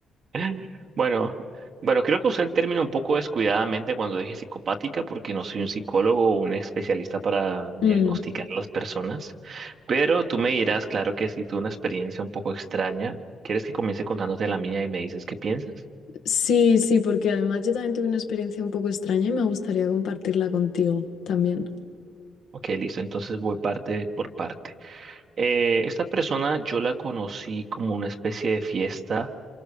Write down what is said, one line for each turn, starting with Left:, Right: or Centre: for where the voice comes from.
Right: <laughs> Bueno, bueno, creo que usé el término un poco descuidadamente cuando dije psicopática, porque no soy un psicólogo o un especialista para diagnosticar
Left: Mm.
Right: a las personas, pero tú me dirás, claro que sí, tuve una experiencia un poco extraña. ¿Quieres que comience contándote la mía y me dices qué piensas?
Left: Sí, sí, porque además yo también tuve una experiencia un poco extraña y me gustaría compartirla contigo también.
Right: Ok, listo, entonces voy parte por parte. Eh, esta persona yo la conocí como una especie de fiesta,